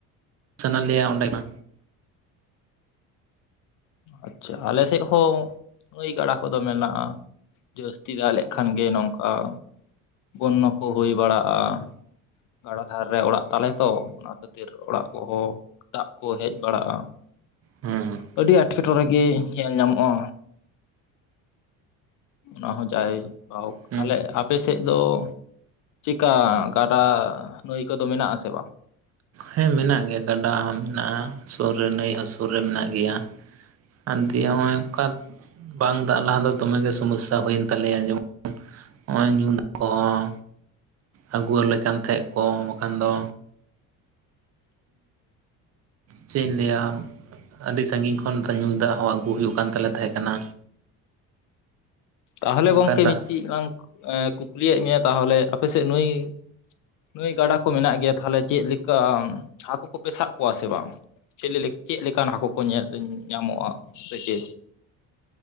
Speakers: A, on the right (about 40°); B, on the left (about 55°).
A: ᱥᱟᱱᱟ ᱞᱮᱭᱟ ᱚᱸᱰᱮ ᱢᱟ
B: ᱟᱪᱪᱷᱟ ᱟᱞᱮ ᱥᱮᱫ ᱦᱚᱸ ᱱᱟᱭ ᱜᱟᱰᱟ ᱠᱚᱫᱚ ᱢᱮᱱᱟᱜ-ᱟ ᱡᱟᱹᱥᱛᱤ ᱫᱟᱜ ᱞᱮᱠᱷᱟᱱ ᱜᱮ ᱱᱚᱝᱠᱟ ᱵᱚᱱᱱᱚ ᱠᱚ ᱦᱩᱭ ᱵᱟᱲᱟᱜ-ᱟ ᱜᱟᱰᱟ ᱫᱷᱟᱨᱮ ᱨᱮ ᱚᱲᱟᱜ ᱛᱟᱞᱮ ᱛᱚ ᱚᱱᱟ ᱠᱷᱟᱹᱛᱤᱨ ᱚᱲᱟᱜ ᱠᱚᱦᱚᱸ ᱫᱟᱜ ᱠᱚ ᱦᱮᱡ ᱵᱟᱲᱟᱜ-ᱟ
A: ᱦᱚᱸ
B: ᱟᱹᱰᱤ ᱮᱴᱠᱮ ᱴᱚᱬᱮ ᱜᱮ ᱧᱮᱞ ᱧᱟᱢᱚᱜ-ᱟ ᱚᱱᱟ ᱦᱚᱸ ᱡᱟᱭ ᱦᱳᱠ
A: ᱦᱩᱸ
B: ᱛᱟᱦᱚᱞᱮ ᱟᱯᱮ ᱥᱮᱫ ᱫᱚ ᱪᱮᱠᱟ ᱜᱟᱰᱟ ᱱᱟᱹᱭ ᱠᱚᱫᱚ ᱢᱮᱱᱟᱜ ᱟᱥᱮ ᱵᱟᱝ
A: ᱦᱮᱸ ᱢᱮᱱᱟᱜ ᱜᱮᱭᱟ ᱜᱟᱰᱟ ᱦᱚᱸ ᱢᱮᱱᱟᱜ-ᱟ ᱥᱩᱨ ᱨᱮ ᱱᱟᱹᱭ ᱦᱚᱸ ᱥᱩᱨ ᱨᱮ ᱢᱮᱱᱟᱜ ᱜᱮᱭᱟ ᱟᱨ ᱫᱤᱭᱮ ᱱᱚᱜ-ᱚᱭ ᱱᱚᱝᱠᱟᱱ ᱵᱟᱝ ᱫᱟᱜ ᱞᱟᱦᱟ ᱫᱚ ᱫᱚᱢᱮᱜ ᱜᱮ ᱥᱚᱢᱚᱥᱥᱟ ᱦᱩᱭᱮᱱ ᱛᱟᱞᱮᱭᱟ ᱡᱮᱢᱚᱱ ᱱᱚᱜ-ᱚᱭ ᱧᱩ ᱠᱚᱦᱚᱸ ᱟᱹᱜᱩ ᱣᱟᱞᱮ ᱠᱟᱱ ᱛᱟᱦᱮᱸᱜ ᱠᱚ ᱵᱟᱠᱷᱟᱱ ᱫᱚ ᱪᱮᱫ ᱤᱧ ᱞᱟᱹᱭᱟ ᱟᱹᱰᱤ ᱥᱟᱺᱜᱤᱧ ᱠᱷᱚᱱ ᱥᱮ ᱧᱩ ᱫᱟᱜ ᱦᱚᱸ ᱟᱹᱜᱩ ᱦᱩᱭᱩᱜ ᱠᱟᱱ ᱛᱟᱞᱮ ᱛᱟᱦᱮᱸ ᱠᱟᱱᱟ
B: ᱛᱟᱦᱚᱞᱮ
A: ᱚᱱᱠᱟ
B: ᱜᱚᱢᱠᱮ
A: ᱫᱟᱜ
B: ᱢᱤᱫᱴᱤᱡ ᱞᱟᱝ ᱠᱩᱠᱞᱤᱭᱮᱫ ᱢᱮᱭᱟ ᱛᱟᱦᱚᱞᱮ ᱟᱯᱮ ᱥᱮᱫ ᱱᱩᱭ ᱱᱟᱹᱭ ᱜᱟᱰᱟ ᱠᱚ ᱢᱮᱱᱟᱜ ᱜᱮᱭᱟ ᱛᱟᱦᱚᱞᱮ ᱪᱮᱫ ᱞᱮᱠᱟ ᱦᱟᱹᱠᱩ ᱠᱚᱯᱮ ᱥᱟᱵ ᱠᱚᱣᱟ ᱥᱮ ᱵᱟᱝ ᱪᱤᱞᱤ ᱞᱮ ᱪᱮᱫ ᱞᱮᱠᱟᱱ ᱦᱟᱹᱠᱩ ᱠᱚ ᱧᱮᱞ ᱧᱟᱢᱚᱜ-ᱟ ᱥᱮ ᱪᱮᱫ